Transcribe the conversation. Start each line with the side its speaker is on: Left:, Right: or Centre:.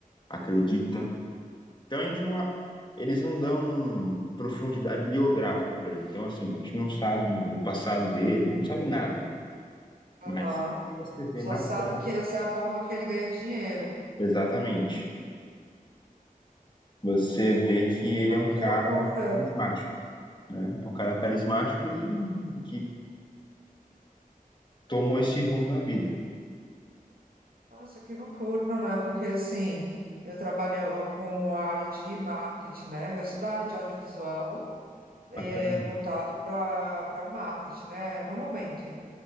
Left: acredita. Então a gente não. a- Eles não dão profundidade biográfica pra gente. Então, assim, a gente não sabe o passado dele, não sabe nada.
Right: Aham.
Left: Mas o que você vê
Right: Só
Left: na
Right: sabe
Left: tela,
Right: que essa é a forma que ele ganha dinheiro.
Left: exatamente, você vê que ele
Right: Mano,
Left: é um
Right: que
Left: cara
Right: loucura.
Left: carismático. né? É um cara carismático e que tomou esse rumo na vida.
Right: Nossa, que loucura, né? Porque assim, eu trabalho com a área de marketing, né? Eu sou da área de audiovisual, é,
Left: Bacana,
Right: voltado para para marketing, né? No momento.